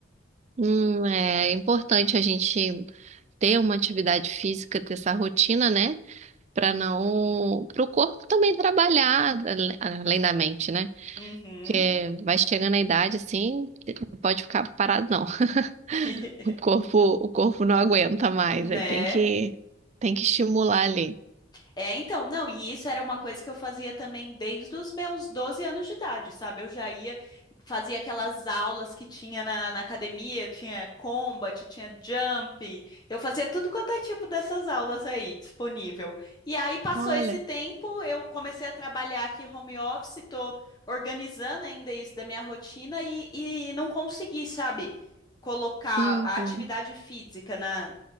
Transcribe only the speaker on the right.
Hum, é importante a gente ter uma atividade física, ter essa rotina, né? Para não, para o corpo também trabalhar ale- além da mente, né?
Porque vai chegando a idade assim, não pode ficar parado não. <laughs>
O corpo, o corpo não aguenta mais,
aí tem que, tem que estimular ali.
Olha.
Uhum.